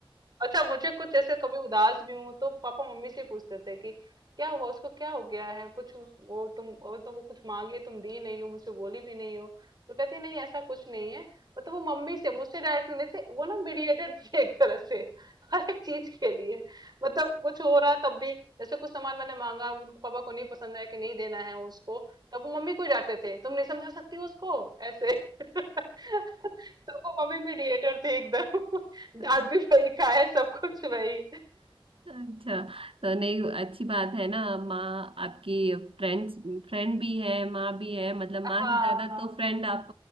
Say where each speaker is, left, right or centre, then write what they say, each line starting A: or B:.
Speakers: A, on the right; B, on the right.
A: अच्छा मुझे कुछ जैसे कभी उदास भी हूं तो पापा मम्मी से पूछते थे कि क्या हुआ उसको क्या हो गया है कुछ उस- वो तुम वो तो वो कुछ मांगे तुम दी नहीं हो मुझसे बोली भी नहीं हो तो कहती नहीं ऐसा कुछ नहीं है मतलब वो मम्मी से मुझसे डायरेक्ट नहीं थे वो ना मीडिएटर थी एक तरह से <laughs> हर एक चीज के लिए मतलब कुछ हो रहा है तब भी जैसे कुछ सामान मैंने मांगा उनको पापा को नहीं पसंद है कि नहीं देना है उसको तब वो मम्मी को ही डांटते थे तुम नहीं समझा सकती उसको ऐसे <laughs> तो वो मम्मी मीडिएटर थी एकदम <laughs>
B: <laughs>
A: डांट भी वही खाए सब कुछ वही
B: अच्छा तो नहीं अच्छी बात है ना माँ आपकी फ्रेंड्स फ्रेंड भी है माँ भी है मतलब
A: हाँ
B: माँ से ज्यादा
A: हाँ
B: तो फ्रेंड आप